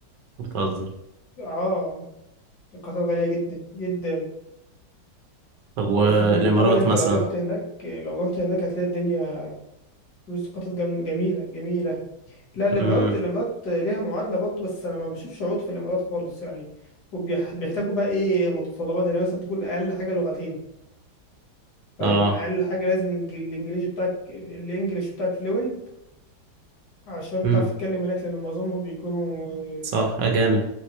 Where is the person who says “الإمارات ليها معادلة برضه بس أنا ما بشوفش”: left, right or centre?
Left